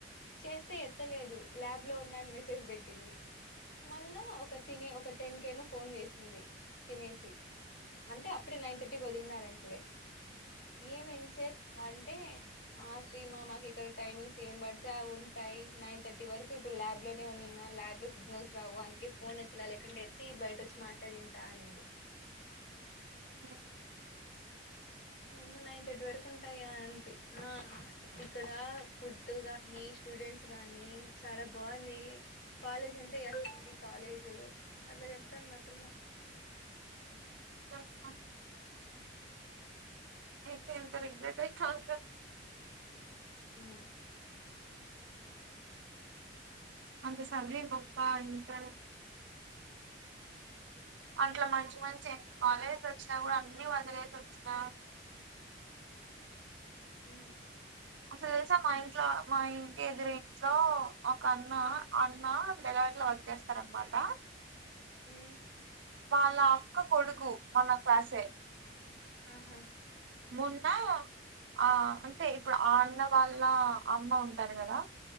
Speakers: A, on the left (about 60°); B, on the right (about 80°).
A: చేస్తే ఎత్తలేదు ల్యాబ్ లో ఉన్నా అని మెసేజ్ పెట్టింది మళ్ళా ఒక తిని ఒక టెన్ కేమో ఫోన్ చేసింది తినేసి అంటే అప్పుడే నైన్ థర్టీకి వదిలినారంటలే ఏమి ఇంతసేప అంటే ఆ శ్రీ మా మాకిక్కడ టైమింగ్స్ ఏం పడితే అవి ఉంటాయి నైన్ థర్టీ వరకు ఇప్పుడు ల్యాబ్ లోనే ఉన్నిన ల్యాబ్ లో సిగ్నల్స్ రావు అందుకే ఫోన్ ఎత్తులా లేకంటే ఎత్తి బయట వచ్చి మాట్లాడింటా అనింది
B: ఓ
A: నియమ్మ నైన్ థర్టీ వరకు ఉంటాయా అంటి ఆ ఇక్కడ డ ఫుడ్ గాని స్టూడెంట్స్ గాని చాలా బాగుంది కాలేజ్ అంటే అసలు ఇది కాలేజ్ అట్లా చెప్తాంది ఆ పిల్ల
B: చెప్ప ఐతే ఎంత రిగ్రెట్ అయితాందో
A: ఊ
B: అంత సదివి గొప్ప అంటె అట్ల మంచి మంచి కాలేజి వచ్చినా కూడా అన్ని వదిలేసి వచ్చినా
A: ఊ
B: అసలు తెలుసా మా ఇంట్లో మా ఇంటి ఎదురు ఇంట్లో ఒక అన్న ఆ అన్న డెలాయిట్ లో వాల్ చేస్తారనమాట
A: ఉ
B: వాళ్ళ అక్క కొడుకు మన క్లాసే
A: అహ
B: మొన్నా ఆ అంటే ఇప్పుడు ఆ అన్న వాళ్ళ అమ్మ ఉంటారు కదా